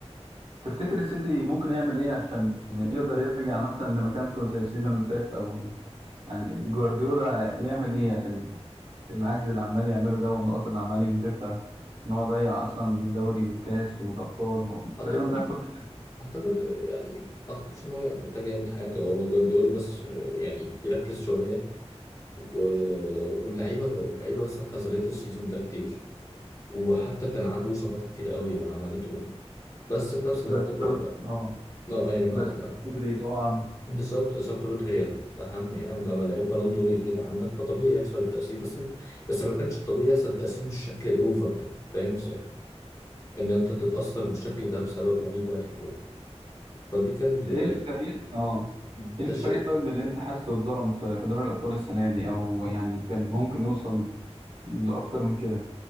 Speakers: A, on the right; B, on the left.
A: تفتكر السيتي ممكن يعمل ايه عشان يقدر يرجع مثلا لمكانته زي السيزون اللي فات او يعني جوارديولا يعمل ايه عشان العجز اللي عمال يعمله ده والنقط اللي عمال ينزفها ان هو ضيع اصلا الدوري والكاس والابطال
B: أعتقد
A: تقريبا ضيع كل حاجه
B: اعتقد يعني ما اعتقدش ان هو محتاج يعمل حاجه هو جوارديولا بس يعني يركز شويه و... واللعيبه اللعيبه بس خذلته السيزون ده كتير وحتى كان عنده اصابات كتير قوي عملته يعني بس في نفس الوقت
A: زي إصابة-
B: بقول لا
A: اه
B: لا يعني ما,
A: زي إصابة
B: ما...
A: بدري طبعا
B: بالظبط اصابه رودري هي الاهم يعني لما لعيب بالون دور يغيب عنك فطبيعي يحصل التاثير بس مش... بس ما كانش الطبيعي يحصل التاثير بالشكل الاوفر ده فاهم ازاي؟ ان انت تتاثر بالشكل ده بسبب لعيب واحد يعني فدي كان ال...
A: ايه الفريق اه
B: ده
A: ايه الفريق
B: الشيء
A: طيب اللي انت حاسه اتظلم في في دوري الابطال السنه دي او يعني كان ممكن يوصل لاكتر من كده